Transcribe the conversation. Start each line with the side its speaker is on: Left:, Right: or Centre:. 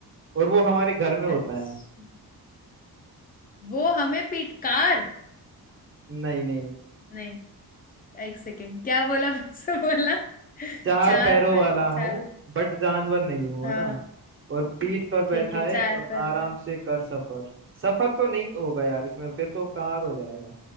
Right: और वो हमारे घर में होता
Left: अच्छा
Right: है
Left: वो हमें पीट कार
Right: नहीं नहीं
Left: नहीं एक सेकेंड क्या बोला <laughs> फिर से बोला
Right: चार
Left: चार
Right: पैरों
Left: पैर
Right: वाला हूँ
Left: चार
Right: बट जानवर नहीं हूँ
Left: हाँ
Right: है ना और पीठ पर बैठा
Left: ठीक है
Right: है
Left: चार
Right: और
Left: पैर
Right: आराम
Left: का
Right: से कर सफर सफर तो नहीं होगा यार इसमें फिर तो कार हो जाएगा